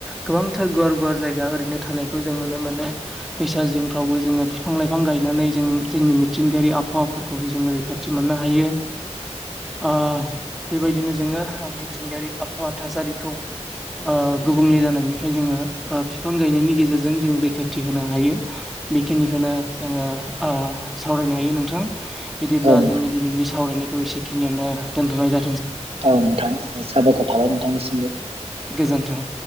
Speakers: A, in the centre; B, on the right.
A: गोबांथार गुवार गुवार जायगा ओरै नो थानायखौ जों नुनो मोनो दैसा जिंफ्रावबो जोङो बिफां-लाइफां गायनानै जों जोंनि मिथिंगायारि आबहावाफोरखौहाय जोङो रैखाथि मोननो हायो। ओ बेबायदिनो जोङो मिथिंगायारि आबहावा थासारिखौ ओ गुबुंले जानायनिफ्राय जोङो ओ बिफां गायनायनि गेजेरजों जों रैखाथि होनो हायो। बेखिनिखौनो जोङो ओ सावरायनो हायो नोंथां। बिदिब्ला
B: औ नोंथां
A: जोंनि दिनैनि सावरायनायखौ एसेखिनियावनो दोनथ'नाय जा
B: औ नोंथां साबायखर थाबाय नोंथांनिसिमबो।
A: गोजोन्थों।